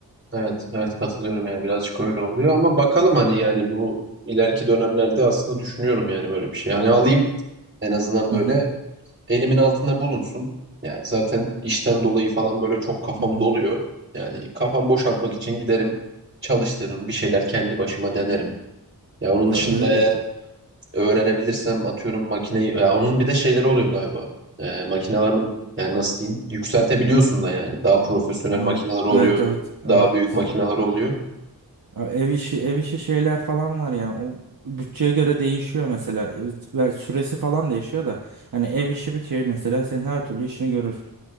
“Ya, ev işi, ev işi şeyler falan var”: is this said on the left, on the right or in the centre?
Right